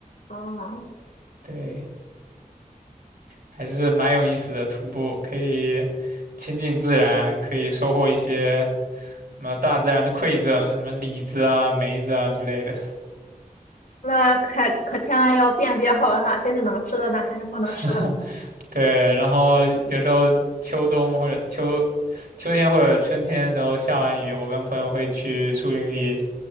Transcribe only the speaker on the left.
哦，
那可可千万要辨别好了，哪些是能吃的，哪些是不能吃的。